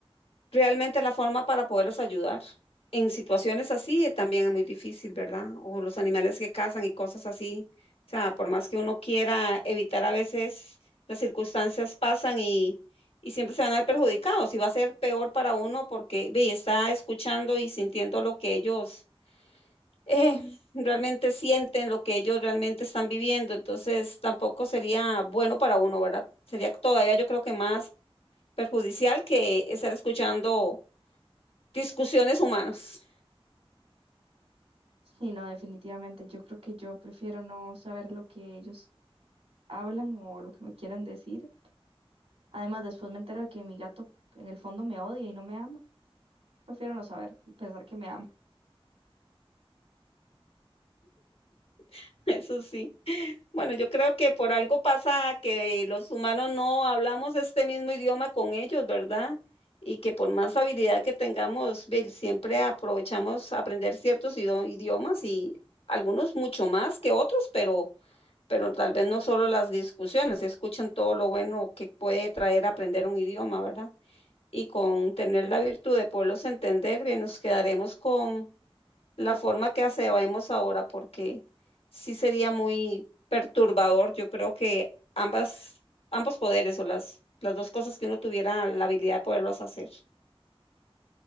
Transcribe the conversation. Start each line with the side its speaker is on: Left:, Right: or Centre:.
Left: realmente la forma para poderlos ayudar. En situaciones así eh, también es muy difícil, ¿verdad? O los animales que cazan y cosas así. O sea, por más que uno quiera evitar a veces, las circunstancias pasan y, y siempre se van a ver perjudicados y va a ser peor para uno porque ve, está escuchando y sintiendo lo que ellos eh, <laughs> realmente sienten, lo que ellos realmente están viviendo. Entonces tampoco sería bueno para uno, ¿verdad? Sería todavía yo creo que más perjudicial que estar escuchando Discusiones humanas,
Right: Sí, no, definitivamente, yo creo que yo prefiero no saber lo que ellos hablan o lo que me quieran decir. Además, después me entero de que mi gato en el fondo me odia y no me ama. Prefiero no saber, pensar que me ama.
Left: <laughs> eso sí. Bueno, yo creo que por algo pasa que los humanos no hablamos este mismo idioma con ellos, ¿verdad? Y que por más habilidad que tengamos, ve, siempre aprovechamos aprender ciertos ido- idiomas y algunos mucho más que otros, pero, pero tal vez no solo las discusiones, escuchan todo lo bueno que puede traer aprender un idioma, ¿verdad? Y con tener la virtud de poderlos entender, bien, nos quedaremos con la forma que hacemos ahora, porque sí sería muy perturbador. Yo creo que ambas, ambos poderes o las, las dos cosas que uno tuviera la habilidad de poderlos hacer.